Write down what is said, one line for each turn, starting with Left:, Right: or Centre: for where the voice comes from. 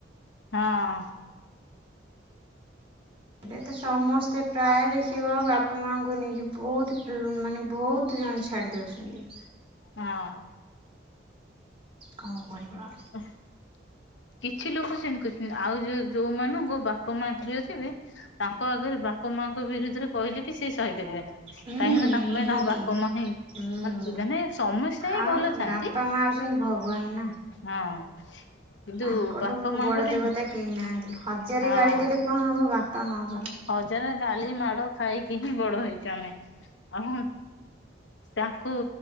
Left: ହଁ।
Right: ଏ ତ ସମସ୍ତେ ପ୍ରାୟ ଦେଖିବ ବାପା ମାଙ୍କୁ ନେଇକି ବହୁତ ମାନେ ବହୁତ ଜଣ ଛାଡ଼ି ଦଉଛନ୍ତି
Left: ହଁ।
Right: କଣ କରିବା?
Left: <inaudible> କିଛି ଲୋକ ସେମିତି କରିଛନ୍ତି ଆଉ ଯୋଉ ଯୋଉ ମାନଙ୍କୁ ବାପା ମା ପ୍ରିୟ ଥିବେ ତାଙ୍କ ଆଗରେ ବା ବାପ ମାଆଙ୍କ ବିରୁଦ୍ଧ ରେ କହିଲେ ବି ସେ ସହିପାରିବେନି
Right: ହୁଁ
Left: କାହିଁକି ନା ତାଙ୍କ
Right: ନିହାତି
Left: ପାଇଁ ତାଙ୍କ ବାପା ମା ହିଁ
Right: ହୁଁ।
Left: ମାନେ ସମସ୍ତେ ହିଁ
Right: ଆଉ
Left: ଭଲ ଥାଆନ୍ତି
Right: ବାପା ମା ହଉଛନ୍ତି ଭଗବାନ ନା।
Left: ହଁ କିନ୍ତୁ
Right: ତାଙ୍କଠୁ
Left: ବାପା ମାଙ୍କୁ
Right: ବଡ
Left: ଟିକେ
Right: ଦେବତା କେହି ନାହାନ୍ତି ହଜାରେ
Left: ହଁ
Right: ଗାଳି ଦେଲେ କଣ ହବ ବାପା ମା ପରା
Left: ହଜାରେ ଗାଲି ମାଡ ଖାଇକି ହିଁ ବଡ ହେଇଛୁ ଆମେ ଆଉ ତାଙ୍କୁ